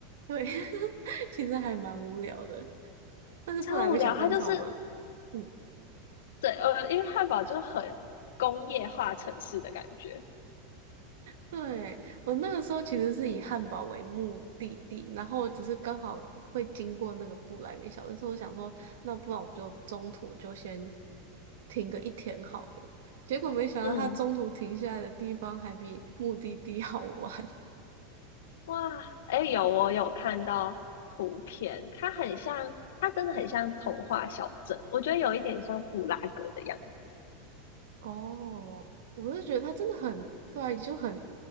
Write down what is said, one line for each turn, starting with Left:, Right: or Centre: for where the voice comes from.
Right: 对，<laughs> 其实还蛮无聊的，但是布莱梅小镇超棒。
Left: 超无聊。它就是
Right: 嗯
Left: 对，呃，因为汉堡就很工业化城市的感觉。
Right: 对，我那个时候其实是以汉堡为目的地，然后只是刚好会经过那个布莱梅小镇，所以我想说，那不然我就中途就先停个一天好了。结果没想到它中途停下来的地方还比目的地
Left: 嗯，
Right: <laughs> 好玩。
Left: 哇，哎，有我有看到图片，它很像，它真的很像童话小镇，我觉得有一点像布拉格的样子。
Right: <laughs> 哦，我是觉得它真的很，对啊就很